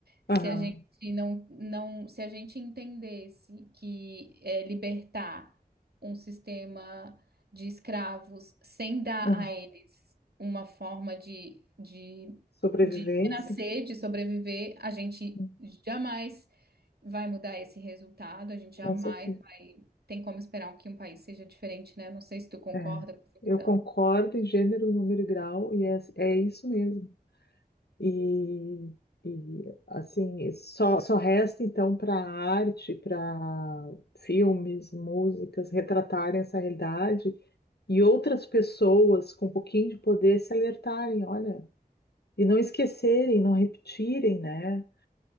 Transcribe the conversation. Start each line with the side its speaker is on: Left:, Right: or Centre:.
Right: Se
Left: aham,
Right: a gente não, não, se a gente entendesse que é, libertar um sistema de escravos sem dar
Left: aham.
Right: a eles uma forma de, de,
Left: Sobrevivência?
Right: de renascer, de sobreviver, a gente
Left: né?
Right: jamais vai mudar esse resultado. A gente
Left: Com
Right: jamais
Left: certeza.
Right: vai. Tem como esperar que um país seja diferente, né? Não sei se tu concorda
Left: É.
Right: com essa
Left: Eu
Right: visão,
Left: concordo em gênero, número e grau, e é, é isso mesmo. E, e assim, só, só resta então para a arte, para filmes, músicas, retratarem essa realidade e outras pessoas com um pouquinho de poder se alertarem, olha, e não esquecerem, não repetirem, né?